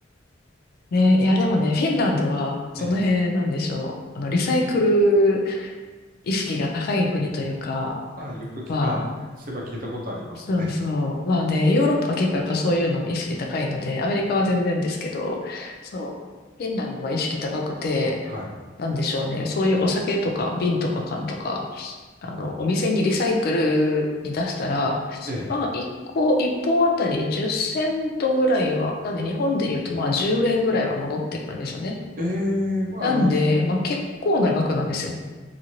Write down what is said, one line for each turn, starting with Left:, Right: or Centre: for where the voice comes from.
Left: ね、いやでもね、フィンランドはその辺なんでしょう。
Right: <laughs> ええ。
Left: あの、リサイクル意識が高い国というか、
Right: あ、よくき、
Left: まあ、
Right: あ、そういえば聞いたことありますね。
Left: そうそう。まあね、ヨーロッパは結構やっぱそういうの意識高いので、アメリカは全然ですけど、そう、フィンランドは意識高くて、
Right: はい。
Left: なんでしょうね、そういうお酒とか瓶とか缶とか、あの、お店にリサイクルに出したら、
Right: え
Left: まあ、1個、一本あたり10セントぐらいは、なんで日本で言うと、まあ、10円ぐらいは戻ってくるんでしょうね。
Right: え。ええ、あの、
Left: なんで、まあ、結構な額なんですよ。